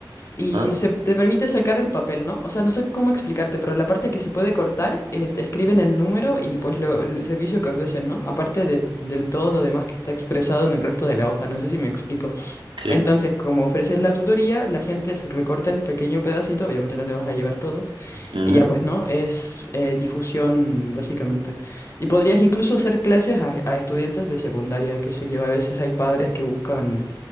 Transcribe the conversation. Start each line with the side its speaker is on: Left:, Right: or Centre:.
Left: y
Right: ah,
Left: se te permite sacar el papel, ¿no? O sea, no sé cómo explicarte, pero la parte que se puede cortar, eh, te escriben el número y pues lo- el servicio que ofrecen, ¿no? Aparte de, del todo lo demás que está expresado en el resto de la hoja, no sé si me explico.
Right: sí.
Left: Entonces, como ofreces la tutoría, la gente se recorta el pequeño pedacito, obviamente no te vas a llevar todos,
Right: mm,
Left: y ya pues no, es eh, difusión básicamente. Y podrías incluso hacer clases a, a estudiantes de secundaria, que sé yo, a veces hay padres que buscan